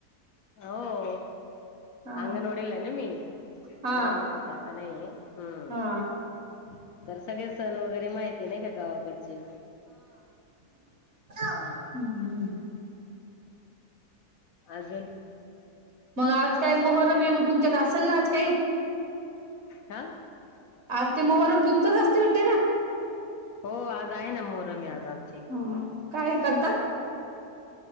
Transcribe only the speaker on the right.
हा
हा
हा
हम्म
हम्म
मग आज काय मोहरम आहे मग तुमच्यात असेल ना आज काही
आज ते मोहरम तुमचाच असते वाटते ना
हा काय हे करतात